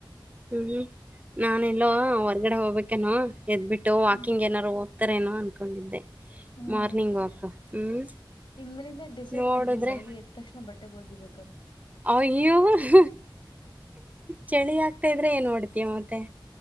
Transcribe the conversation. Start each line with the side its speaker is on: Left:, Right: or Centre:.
Right: ಹ್ಮ್ ನಾನ ಎಲ್ಲೋ ಹೊರ್ಗಡೆ ಹೋಗ್ಬೇಕೇನೋ ಎದ್ಬಿಟ್ಟು ವಾಕಿಂಗ್
Left: ಹ್ಮ್
Right: ಏನಾರು ೋಗ್ತಾರೇನೋ ಅನ್ಕೊಂಡಿದ್ದೆ
Left: ಹ್ಮ್
Right: ಮಾರ್ನಿಂಗ್
Left: ಹ್ಮ್
Right: ವಾಕ್ ಹ್ಮ್
Left: ಇನ್ ಮೇಲಿಂದ ಡಿಸೈಡ್
Right: ನೋಡುದ್ರೆ
Left: ಮಾಡಿದ್ನ ಬೆಳಿಗ್ಗೆ ಎ್ ತಕ್ಷಣ ಬಟ್ಟೆೆಗೆ ಒಗಿಬೇಕಂತ.
Right: ಅಯ್ಯೋ ಹ ಚಳಿ ಆಗ್ತಾ ಇದ್ರೆ ಏನ್ ನೋಡ್ತಯ ಮತ್ತೆ